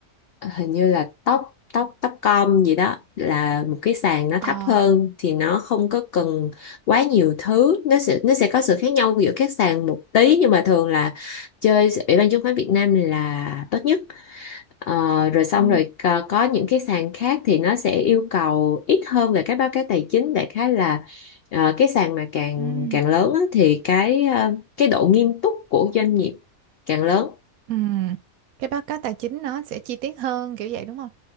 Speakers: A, on the left (about 80°); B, on the right (about 75°).
A: hình như là tóc tóc tóc com gì đó là một cái sàn nó
B: ờ.
A: thấp hơn thì nó không có cần quá nhiều thứ nó sẽ nó sẽ có sự khác nhau giữa các sàn một tí nhưng mà thường là chơi Ủy ban chứng khoán Việt Nam là tốt nhất Ờ, rồi xong
B: Ừ.
A: rồi có, có những cái sàn khác thì nó sẽ yêu cầu ít hơn về các báo cáo tài chính đại khái là ờ, cái sàn mà càng
B: ừm
A: càng lớn á, thì cái ờ, cái độ nghiêm túc của doanh nghiệp càng lớn
B: ừm Cái báo cáo tài chính nó sẽ chi tiết hơn kiểu vậy đúng không?